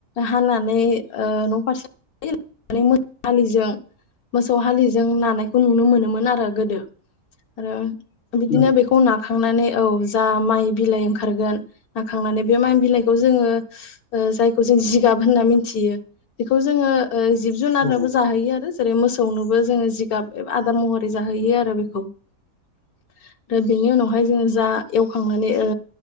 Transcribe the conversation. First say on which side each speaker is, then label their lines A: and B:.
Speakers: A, on the left; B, on the left.
A: हानानै न' फारसे माने मोसौहालिजों मोसौ हालिजों नानायखौ नुनो मोनोमोन आरो गोदो आरो बिदिनो
B: नंगौ
A: बेखौ नाखांनानै औ जा माय बिलाइ ओंखारगोन नाखांनानै बे माय बिलाइखौ जोंङो ओ जायखौ जों जिगाब होनना मिथियो बेखौ जोङो ओ जिब जुनारनोबो
B: नंगौ औ
A: जाहोयो आरो जेरै मोसौनोबो जोङो जिगाब आदार महरै जाहोयो आरो बेखौ आरो बेनि उनावहाय जोङो जा एवखांनानै ओ